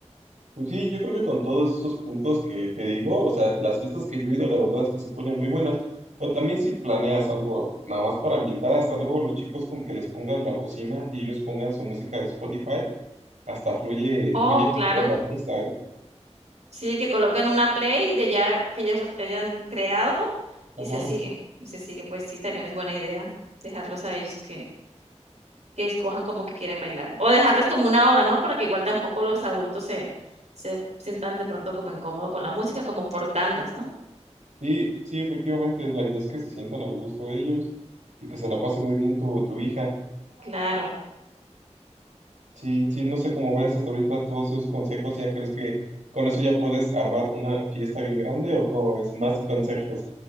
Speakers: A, on the right; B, on the right.
A: Pues sí, yo creo que con todos esos puntos que te digo, o sea, las fiestas que yo he ido, la verdad es que se ponen muy buenas. O también si planeas algo nada más para ambientar, hasta luego los chicos con que les pongas la bocina y ellos pongan su música de Spotify, hasta fluye,
B: Oh,
A: fluye
B: claro.
A: mejor la fiesta, ¿eh?
B: Sí, que coloquen una play de ya que ellos hayan creado
A: Ajá.
B: y se sigue y se sigue. Pues sí, también es buena idea dejarlos a ellos que que escojan como que quieren bailar. O dejarles como una hora, ¿no? Para que igual tampoco los adultos se, se sientan de pronto como incómodo con la música, como por tandas, ¿no?
A: Sí, sí, efectivamente, la idea es que se sientan a gusto ellos y que se la pase muy bien tu, tu hija.
B: Claro.
A: Sí, sí, no sé cómo ves hasta ahorita todos esos consejos, ¿ya crees que con eso ya puedes armar una fiesta bien grande o cómo ves más consejos?